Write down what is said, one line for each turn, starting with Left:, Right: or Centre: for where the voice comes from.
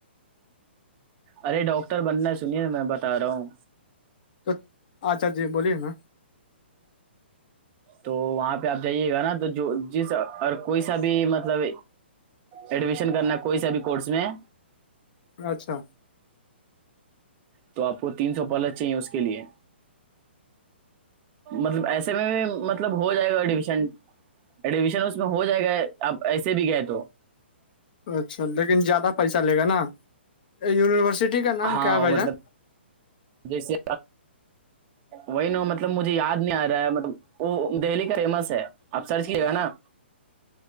Right: ارے ڈاکٹر بننا ہے سنیے میں بتا رہا ہوں
Left: تو اچھا جی بولیے نا
Right: تو وہاں پہ آپ جائیے گا نا تو جو جس اور کوئی سا بھی مطلب ایڈمیشن کرنا کوئی سا بھی کورس میں
Left: اچھا
Right: تو آپ کو تین سو پلس چاہ اس کے لیے مطلب ایسے میں مطلب ہو جائے گا ایڈمیشن ایڈمیشن اس میں ہو جائے گا آپ ایسے بھی گئے تو
Left: اچھا لیکن زیادہ پیسہ لے گا نا یونیورسٹی کا نام
Right: ہاں
Left: کیا ہے بھائی
Right: مطلب
Left: جان
Right: جیسے وہی ن مطلب مجھے یاد نہیں آ رہا ہے مطلب وہ دہلی کا فیمس ہے آپ سرچ کیے گا نا